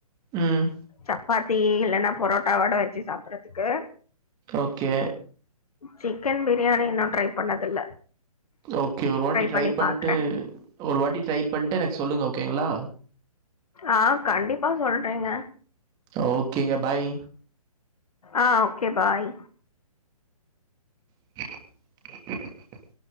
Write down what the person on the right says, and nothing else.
ம்.
ஓகே
ஓகே ஒரு வாட்டி ட்ரை
பண்ணிட்டு
ஒரு வாட்டி ட்ரை பண்ணிட்டு எனக்கு சொல்லுங்க ஓகேங்ளா
ஓகேங்க பாய்
<inaudible>